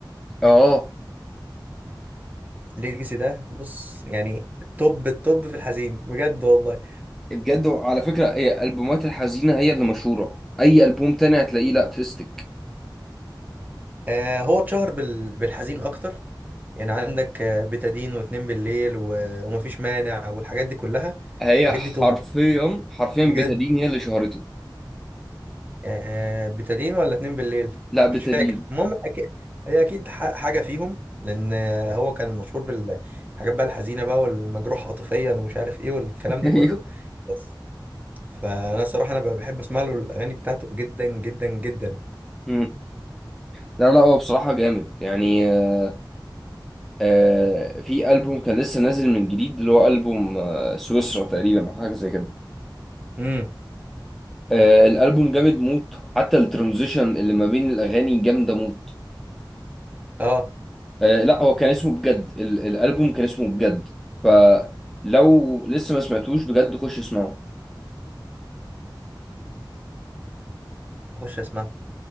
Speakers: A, in the centre; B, on the right.
A: اه
B: ليجاسي ده بص يعني توب التوب في الحزين بجد والله
A: بجد على فكره هي البومات الحزينه هي اللي مشهوره اي البوم تاني هتلاقيه لا فيستك
B: آه هو اتشهر بال... بالحزين اكتر يعني عندك آه، بتادين واتنين بالليل و... ومفيش مانع والحاجات دي كلها
A: هي
B: الحاجات
A: حرفيا
B: دي توب
A: حرفيا
B: بجد
A: بتدين هي اللي شهرته
B: آه بتادين ولا اتنين بالليل
A: لا بتدين
B: مش فاكر المهم أكي... هي اكيد ح... حاجه فيهم لان آه، هو كان مشهور بالحاجات بقى الحزينه بقى والمجروح عاطفيا ومش عارف ايه والكلام
A: <laughs>
B: ده
A: ايوه
B: كله بس فانا الصراحه انا بقى بحب اسمع له الاغاني بتاعته جدا جدا جدا
A: مم. لا لا هو بصراحه جامد يعني آه، آه في ألبوم كان لسه نازل من جديد اللي هو ألبوم آه سويسرا تقريبا أو حاجة زي كده
B: امم.
A: آه الألبوم جامد موت حتى الترانزيشن اللي ما بين الأغاني جامدة موت
B: اه
A: آه لا هو كان اسمه بجد ال الألبوم كان اسمه بجد فلو لسه ما سمعتوش بجد خش اسمعه
B: هخش اسمعها